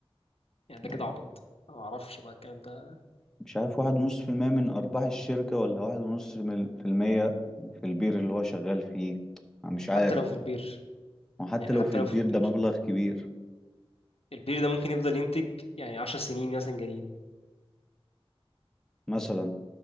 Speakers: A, on the left (about 75°); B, in the centre.
A: يعني ده
B: يعني
A: كده عبط أنا ما اعرفش بقى الكلام ده
B: مش عارف واحد ونص في المية من أرباح الشركة ولا واحد ونص من- في المية في البير اللي هو شغال فيه أنا مش
A: حتى
B: عارف
A: لو في البير
B: وحتى
A: يعني
B: لو
A: حتى
B: في البير
A: لو في البير
B: ده مبلغ كبير
A: البير ده ممكن يفضل ينتج يعني 10 سنين مثلا جايين
B: مثلا